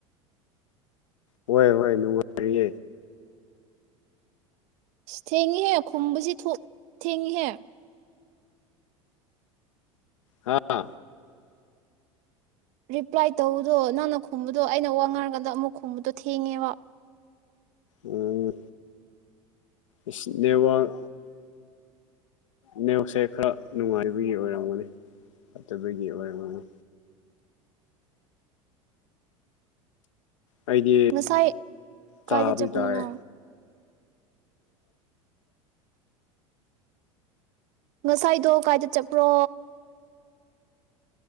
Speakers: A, on the left (about 65°); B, on the right (about 40°).
A: ꯍꯣꯏꯌꯦ ꯍꯣꯏꯌꯦ ꯅꯨꯡꯉꯥꯏꯔꯤꯌꯦ꯫
B: ꯏꯁ ꯊꯦꯡꯉꯤꯍꯦ ꯈꯨꯝꯕꯁꯤ ꯊꯨ ꯊꯦꯡꯉꯤꯍꯦ꯫
A: ꯍꯥꯥ꯫
B: ꯔꯤꯄ꯭ꯂꯥꯏ ꯇꯧꯕꯗꯣ ꯅꯪꯅ ꯈꯨꯝꯕꯗꯣ ꯑꯩꯅ ꯋꯥꯡꯉꯔꯀꯥꯟꯗ ꯑꯃꯨꯛ ꯈꯨꯝꯕꯗꯣ ꯊꯦꯡꯉꯦꯕ꯫
A: ꯑꯣ ꯏꯁ ꯅꯦꯠꯋꯥꯛ꯫ ꯅꯦꯠꯋꯥꯛꯁꯦ ꯈꯔ ꯅꯨꯡꯉꯥꯏꯕꯒꯤ ꯑꯣꯏꯔꯝꯒꯅꯤ ꯐꯠꯇꯕꯒꯤ ꯑꯣꯏꯔꯝꯒꯅꯤ꯫ ꯑꯩꯗꯤ
B: ꯉꯁꯥꯏ ꯀꯥꯏꯗ
A: ꯇꯥꯕꯗꯤ
B: ꯆꯠꯄꯅꯣ
A: ꯇꯥꯏꯌꯦ
B: ꯅꯪ꯫ ꯉꯁꯥꯏꯗꯣ ꯀꯥꯏꯗ ꯆꯠꯄ꯭ꯔꯣ꯫